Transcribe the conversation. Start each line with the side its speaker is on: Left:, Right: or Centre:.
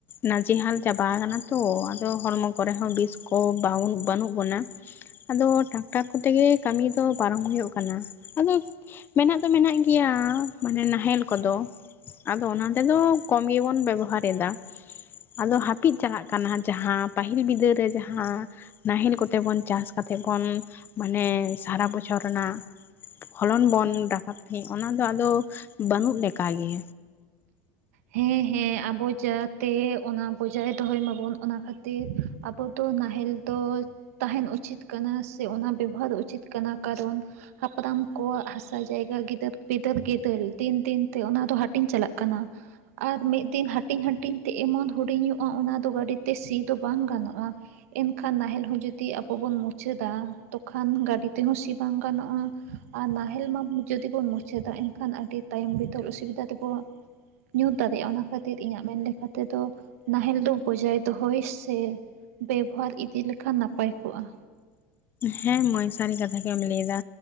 Left: ᱱᱟᱡᱮ ᱦᱟᱞ ᱪᱟᱵᱟ ᱠᱟᱱᱟ ᱛᱚ ᱟᱫᱚ ᱦᱚᱲᱢᱚ ᱠᱚ ᱠᱚᱨᱮ ᱦᱚᱸ ᱵᱤᱥ ᱠᱚ ᱵᱟᱹᱱᱩᱜ ᱵᱚᱱᱟ ᱟᱫᱚ ᱴᱟᱠᱴᱟᱨ ᱠᱚᱛᱮᱜᱮ ᱠᱟᱹᱢᱤ ᱫᱚ ᱯᱟᱨᱚᱢ ᱦᱩᱭᱩᱜ ᱠᱟᱱᱟ ᱟᱫᱚ ᱢᱮᱱᱟᱜ ᱫᱚ ᱢᱮᱱᱟᱜ ᱜᱮᱭᱟ ᱢᱟᱱᱮ ᱱᱟᱦᱮᱞ ᱠᱚᱫᱚ ᱟᱫᱚ ᱚᱱᱟ ᱛᱮᱫᱚ ᱠᱚᱢ ᱜᱮᱵᱚᱱ ᱵᱮᱵᱚᱦᱟᱨ ᱮᱫᱟ ᱟᱫᱚ ᱦᱟᱹᱯᱤᱫ ᱪᱟᱞᱟᱜ ᱠᱟᱱᱟ ᱡᱟᱦᱟᱸ ᱯᱟᱹᱦᱤᱞ ᱵᱤᱫᱟᱹᱞ ᱨᱮ ᱡᱟᱦᱟᱸ ᱱᱟᱦᱮᱞ ᱠᱚᱛᱮ ᱵᱚᱱ ᱪᱟᱥ ᱠᱟᱛᱮᱜ ᱵᱚᱱ ᱢᱟᱱᱮ ᱥᱟᱨᱟ ᱵᱚᱪᱷᱚᱨ ᱨᱮᱱᱟᱜ ᱯᱷᱚᱞᱚᱱ ᱵᱚᱱ ᱨᱟᱠᱟᱵ ᱛᱟᱦᱮᱸᱫ ᱚᱱᱟᱫᱚ ᱟᱫᱚ ᱵᱟᱹᱱᱩᱜ ᱞᱮᱠᱟᱜᱮ
Right: ᱦᱮᱸ ᱦᱮᱸ ᱟᱵᱚ ᱡᱟᱛᱮ ᱚᱱᱟ ᱵᱚᱡᱟᱭ ᱫᱚᱦᱚᱭ ᱢᱟᱵᱚᱱ ᱚᱱᱟ ᱠᱷᱟᱹᱛᱤᱨ ᱟᱵᱚ ᱛᱚ ᱱᱟᱦᱮᱞ ᱛᱚ ᱛᱟᱦᱮᱱ ᱩᱪᱤᱛ ᱠᱟᱱᱟ ᱥᱮ ᱚᱱᱟ ᱵᱮᱵᱚᱦᱟᱨ ᱩᱪᱤᱛ ᱠᱟᱱᱟ ᱠᱟᱨᱚᱱ ᱦᱟᱯᱲᱟᱢ ᱠᱚᱣᱟᱜ ᱦᱟᱥᱟ ᱡᱟᱭᱜᱟ ᱜᱤᱫᱟᱹᱨ ᱯᱤᱫᱟᱹᱨ ᱜᱤᱫᱟᱹᱞ ᱫᱤᱱ ᱫᱤᱱᱛᱮ ᱚᱱᱟ ᱫᱚ ᱦᱟᱹᱴᱤᱧ ᱪᱟᱞᱟᱜ ᱠᱟᱱᱟ ᱟᱨ ᱢᱤᱫ ᱫᱤᱱ ᱦᱟᱹᱴᱤᱧ ᱦᱟᱹᱴᱤᱧ ᱛᱮ ᱮᱢᱚᱱ ᱦᱩᱰᱤᱧᱚᱜᱼᱟ ᱚᱱᱟ ᱫᱚ ᱜᱟᱹᱰᱤ ᱛᱮ ᱥᱤ ᱫᱚ ᱵᱟᱝ ᱜᱟᱱᱚᱜᱼᱟ ᱮᱱᱠᱷᱟᱱ ᱱᱟᱦᱮᱞ ᱦᱚᱸ ᱡᱩᱫᱤ ᱟᱵᱚ ᱵᱚᱱ ᱢᱩᱪᱟᱹᱫᱟ ᱛᱚᱠᱷᱟᱱ ᱜᱟᱹᱰᱤ ᱛᱮᱦᱚᱸ ᱥᱤ ᱵᱟᱝ ᱜᱟᱱᱚᱜᱼᱟ ᱟᱨ ᱱᱟᱦᱮᱞ ᱢᱟ ᱡᱩᱫᱤ ᱵᱚᱱ ᱢᱩᱪᱟᱹᱫᱟ ᱮᱱᱠᱷᱟᱱ ᱟᱹᱰᱤ ᱛᱟᱭᱚᱢ ᱵᱤᱫᱚᱞ ᱚᱥᱩᱵᱤᱫᱟ ᱛᱮᱵᱚᱱ ᱧᱩᱛ ᱫᱟᱲᱮᱭᱟᱜᱼᱟ ᱚᱱᱟ ᱠᱷᱟᱹᱛᱤᱨ ᱤᱧᱟᱹᱜ ᱢᱮᱱ ᱞᱮᱠᱟ ᱛᱮᱫᱚ ᱱᱟᱦᱮᱞ ᱫᱚ ᱵᱚᱡᱟᱭ ᱫᱚᱦᱚᱭ ᱥᱮ ᱵᱮᱵᱚᱦᱟᱨ ᱤᱫᱤ ᱞᱮᱠᱷᱟᱱ ᱱᱟᱯᱟᱭ ᱠᱚᱜᱼᱟ
Left: ᱦᱮᱸ ᱢᱟᱹᱭ ᱥᱟᱹᱨᱤ ᱠᱟᱛᱷᱟᱜᱮᱢ ᱞᱟᱹᱭ ᱫᱟ